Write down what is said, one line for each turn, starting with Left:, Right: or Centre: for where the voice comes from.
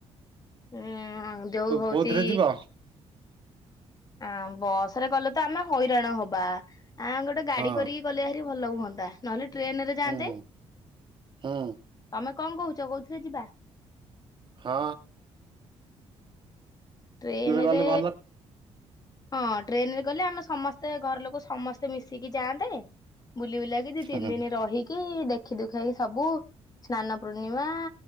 Left: ହୁଁ ଯୋଉ ହଉଛି
Right: କୋଉଥିରେ ଯିବ
Left: ଆ ବସ ରେ ଗଲେ ତ ଆମେ ହଇରାଣ ହବା ଆ ଗୋଟେ ଗାଡି
Right: ହଁ
Left: କରିକିଗଲେହେରି ଭଲ ହୁଅନ୍ତା ନହେଲେ ଟ୍ରେନରେ ଯାଆନ୍ତେ
Right: ହୁଁ ହୁଁ
Left: ତମେ କଣ କହୁଛ କୋଉଥିରେ ଯିବା?
Right: ହଁ।
Left: ଟ୍ରେନରେ
Right: ଗଲେ ଭଲ
Left: ହଁ ଟ୍ରେନରେ ଗଲେ ଆମେ ସମସ୍ତେ ଘର ଲୋକ ସମସ୍ତେ ମିଶିକି ଯାଆନ୍ତେ ବୁଲି ବୁଲାକି ଦି
Right: ହୁଁ
Left: ତିନି ଦିନ ରହିକି ଦେଖି ଦୁଖିକି ସବୁ ସ୍ନାନ ପୂର୍ଣ୍ଣିମା